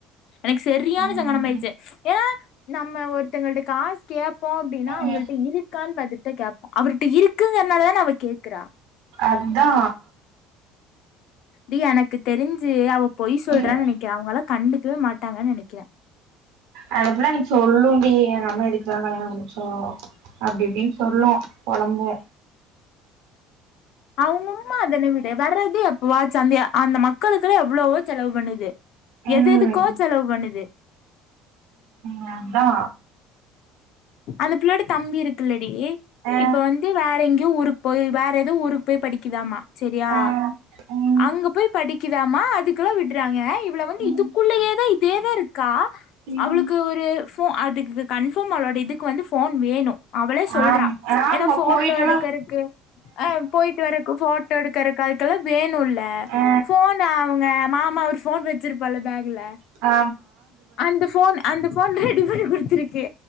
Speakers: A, on the left; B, on the right.
A: எனக்கு சரியான
B: ம்
A: சங்கடமாயிருச்சு ஏனா நம்ம ஒருத்தங்கள்ட்ட காசு கேப்போ அப்டின்னா அவங்கள்ட்ட
B: ம்
A: இருக்கான் பாத்துட்டுதா கேப்போ அவர்ட்ட இருக்குங்கறனாலதான அவ கேக்குறா
B: அதா
A: டி எனக்கு தெரிஞ்சு அவ பொய் சொல்றான்னு
B: ம்
A: நெனைக்கிற அவங்களா கண்டுக்கவே மாட்டாங்கன்னு நெனைக்கிற
B: அந்த புள்ள அன்னைக்கி சொல்லூன்டி எங்க அம்மா எதுக்குதா கல்யாண முடிச்சோ அப்டி இப்டின்னு சொல்லு பொழம்பு
A: அவங்கம்மா அதென்ன விடு வர்றது எப்போவாச்சு அந்த அந்த மக்களுக்குல்லா எவ்வளவோ செலவு பண்ணுது
B: ம்
A: எது எதுக்கோ செலவு பண்ணுது
B: நாந்தா
A: அந்த பிள்ளோயட தம்பி இருக்குல்லடி
B: அ
A: இப்ப வந்து வேற எங்கயோ ஊருக்கு போய் வேற எதோ ஊருக்கு போய் படிக்குதாம்மா சரியா
B: அ ம்
A: அங்க போய் படிக்குதாமா அதுக்கெல்லா விடுறாங்க இவள வந்து
B: ம்
A: இதுக்குள்ளயேதா இதேதா இருக்கா
B: ம்
A: அவளுக்கு ஒரு ஃபோ அதுக்கு கன்ஃபர்ம் அவளோட இதுக்கு வந்து ஃபோன் வேணு அவளே சொல்றா
B: ஆம் ஆமா
A: ஏனா ஃபோட்டோ
B: போயிட்டெல்லா
A: எடுக்கறக்கு ஆ போயிட்டு வரக்கு ஃபோட்டோ எடுக்கறக்கு அதுக்கெல்லா வேனுல்ல
B: அ
A: ஃபோன் அவ் மாமா ஒரு ஃபோன் வச்சிருப்பார்ல பேக்ல
B: ஆ
A: அந்த ஃபோன் அந்த ஃபோன் ரெட் டிபனகுருத் இருக்கு